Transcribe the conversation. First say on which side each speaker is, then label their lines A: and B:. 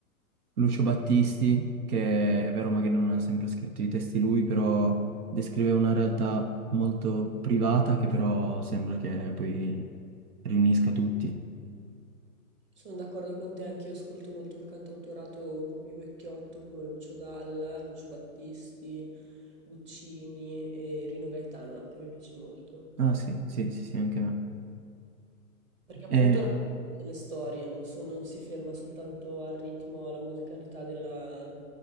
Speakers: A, on the right (about 80°); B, on the right (about 25°).
A: Lucio Battisti, che è vero magari non ha sempre scritto i testi lui, però descriveva una realtà molto privata che però sembra che poi riunisca tutti.
B: Sono d'accordo con te, anch'io ascolto molto il cantautorato un po' più vecchiotto come Lucio Dalla, Lucio Battisti, Guccini e Rino Gaetano anche mi piace molto.
A: Ah sì, sì, sì, sì, anche me.
B: Perché appunto
A: E,
B: racconta delle storie, non, so- non si ferma soltanto al ritmo, alla musicalità della,